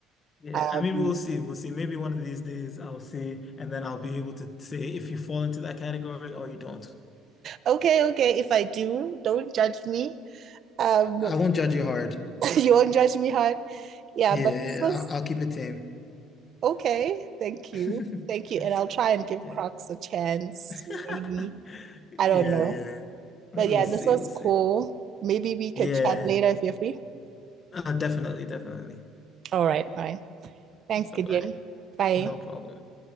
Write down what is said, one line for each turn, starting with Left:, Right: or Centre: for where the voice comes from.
Left: Yeah,
Right: Um,
Left: I mean, we'll see. We'll see. Maybe one of these days I'll see, and then I'll be able to say if you fall into that category or you don't.
Right: okay, okay. If I do, don't judge me. Um,
Left: I won't judge you hard.
Right: <laughs> you won't judge me hard. Yeah,
Left: Yeah,
Right: but
Left: yeah,
Right: this was
Left: I'll, I'll keep it tame.
Right: okay. Thank
Left: <laughs>
Right: you. Thank you. And I'll try and give
Left: Yeah,
Right: Crocs a chance,
Left: <laughs>
Right: maybe.
Left: Yeah,
Right: I don't know.
Left: yeah. We'll
Right: But yeah,
Left: see.
Right: this was
Left: We'll see.
Right: cool. Maybe we could
Left: Yeah.
Right: chat later if you're free.
Left: Uh, definitely, definitely.
Right: All right, all right. Thanks,
Left: Bye-bye.
Right: Gideon. Bye.
Left: No problem.